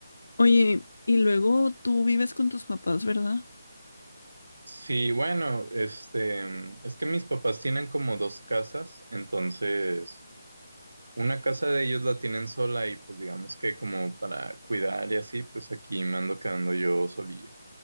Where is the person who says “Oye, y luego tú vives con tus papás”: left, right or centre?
Left